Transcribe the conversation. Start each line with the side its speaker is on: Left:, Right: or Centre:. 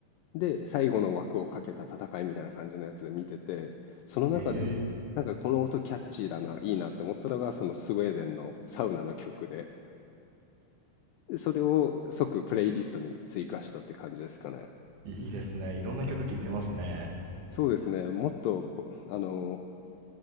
Left: で最後の枠をかけた戦いみたいな感じのやつで見てて、その中でなんかこの音キャッチーだな、
Right: え
Left: いいなって思ったのがそのスウェーデンのサウナの曲で、でそれを即プレイリストに追加したって感じですかね。
Right: えいいですね。いろんな曲聴いてますね。
Left: そうですね。もっとこ、あの